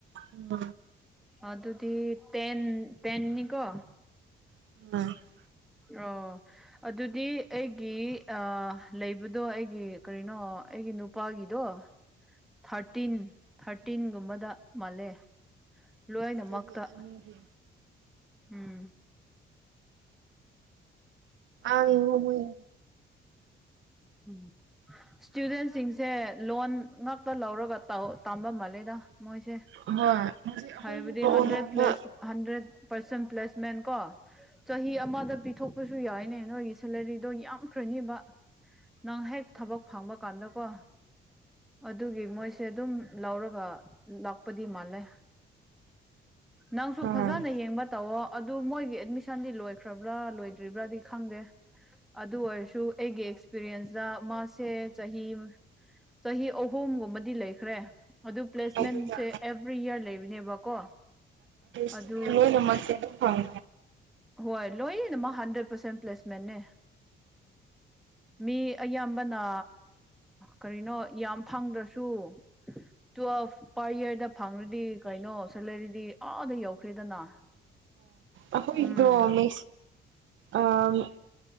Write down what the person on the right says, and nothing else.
ꯎꯝ
<unintelligible>
ꯆꯍꯤ ꯑꯅꯤꯒꯤ
ꯑꯥꯡ <unintelligible>
ꯍꯣꯏ ꯍꯧꯖꯤꯛ ꯑꯩꯈꯣꯏꯒꯤ
ꯂꯣꯟ
ꯑꯣꯏꯅ
ꯎꯝ
ꯑꯗꯨꯗ
ꯁ
ꯑꯣꯏ ꯃ ꯐꯥꯎ
ꯑ ꯑꯩꯈꯣꯏꯗꯣ
ꯃ ꯑ <inaudible>